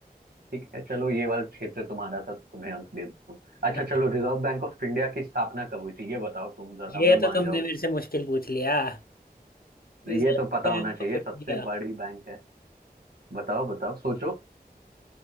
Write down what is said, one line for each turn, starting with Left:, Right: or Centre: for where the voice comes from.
Right: ठीक है चलो ये वाला क्षेत्र तुम्हारा था तो तुम्हें अंक दे दूं अच्छा
Left: हाँ।
Right: चलो रिजर्व बैंक ऑफ इंडिया की स्थापना कब हुई थी ये बताओ तुम जरा
Left: ये
Right: मैं
Left: तो
Right: मान
Left: तुमने
Right: जाऊं
Left: मेरे से मुश्किल पूछ लिया रिजर्व
Right: ये तो पता
Left: बैंक
Right: होना चाहिए
Left: ऑफ इंडिया
Right: सबसे बड़ी बैंक है बताओ बताओ सोचो